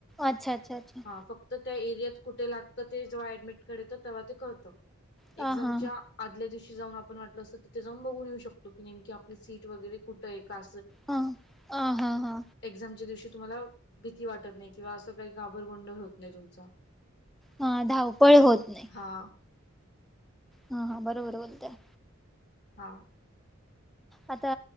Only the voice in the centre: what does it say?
अच्छा अच्छा अच्छा
हा
हा
हा हा हा हा
हा धावपळी होत नाही
हा हा बरोबर बोलतय
आता